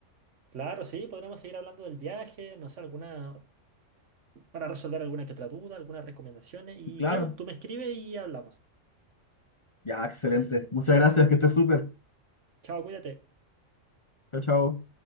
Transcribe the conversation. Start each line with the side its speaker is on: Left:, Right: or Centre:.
Right: Claro, sí, podremos seguir hablando del viaje, no sé, alguna, para resolver alguna que otra duda, algunas recomendaciones y
Left: Claro.
Right: claro, tú me escribes y hablamos.
Left: Ya, excelente. Muchas gracias, que estés súper.
Right: Chao, cuídate.
Left: Chao, chao.